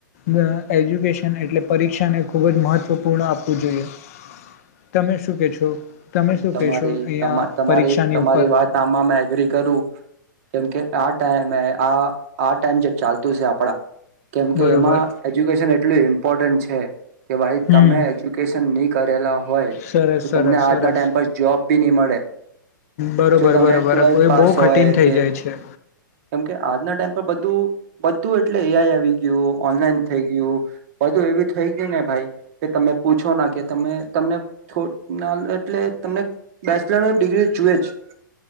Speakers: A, on the left (about 45°); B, on the right (about 45°).
A: ઘ એજ્યુકેશન એટલે પરીક્ષાને ખુબ જ મહત્વપૂર્ણ આપવું જોઈએ તમે શું કે છો તમે શું
B: તમારી
A: કહેશો અહીંયા
B: તમારી
A: પરીક્ષાની
B: તમારી
A: ઉપર
B: વાત આ એગ્રી કરું કેમકે આ ટમે આ આ ટાઈમ જે ચાલતું છે આપડા કેમ કે
A: બરોબર
B: એમાં એજ્યુકેશન એટલું ઇમ્પોર્ટન્ટ છે. કે ભાઈ
A: હમ
B: તમે એજ્યુકેશન નહી કરેલા હોય
A: સરસ
B: તો
A: સરસ
B: તમને આજના
A: સરસ
B: ટાઈમ જોબ બી નહી મળે
A: બરોબર
B: જો તમે
A: બરોબર
B: ટવેલ્થ
A: એ
B: પાસ
A: બહુ કઠિન
B: હોય
A: થઈ
B: કે
A: જાય છે
B: કેમકે આજના ટાઈમ પર બધું બધું એટલે એઆઈ આવી ગયું ઓનલાઈન થઈ ગયું બધું એવું થઈ ગયું ને ભાઈ કે તમે પૂછો ના કે તમે તમને છ ના એટલે તમને બેચલર ડિગ્રી જોુએ જ.